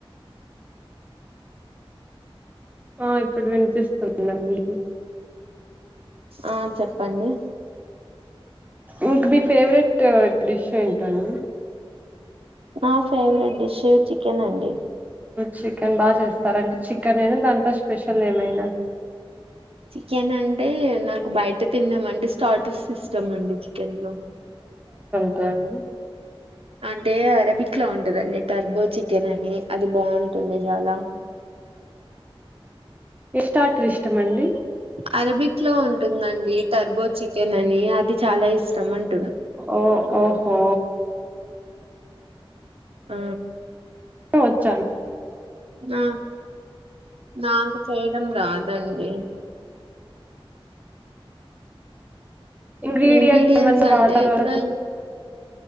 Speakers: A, on the right; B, on the right.
A: ఆ ఇప్పుడు వినిపిస్తుందండి
B: ఆ చెప్పండి
A: ఇంక మీ ఫేవరెట్ డిష్ ఏంటండి
B: నా ఫేవరెట్ డిష్ చికెన్ అండి
A: చికెన్ బాగా చేస్తార అంటే చికెన్ అనా దాంట్లో స్పెషల్ ఏమైనా
B: చికెన్ అంటే నాకు బయట తిన్నామనడము అంటే స్టార్టర్ ఇస్టమ్ అండి చికెన్ లో
A: డ
B: అంటే అరబిక్లా ఉంటుదండి టర్బో చికెన్ అని అది బాగుంటుంది చాలా
A: ఎ స్టర్టర్ ఇష్టమండి
B: అరబిక్ లో ఉంటుందండి టర్బో చికెన్ అని అది చాలా ఇష్టం అంటే
A: ఓ ఓహో
B: ఆ
A: వచ్చా మీ
B: నా నాకు చేయడం రాదండి
A: ఇంగ్రీడియయంట్స్
B: ఇంగ్రీడియంట్స్
A: ఏమన్న
B: అంటే
A: వాటర్ అలా
B: కూడా